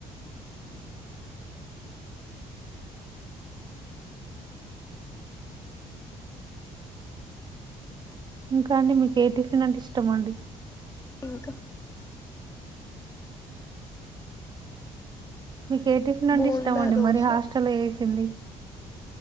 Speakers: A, on the left; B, on the right.
A: బ్లాంక్
B: ఇంకా అండి మీకు ఏ టిఫిన్ అంటే ఇష్టమండి
A: ఇంక
B: మీకు ఏ టిఫిన్ అంటే
A: బోండా
B: ఇష్టమండి
A: దోశ
B: మరి హాస్టల్లో చేసింది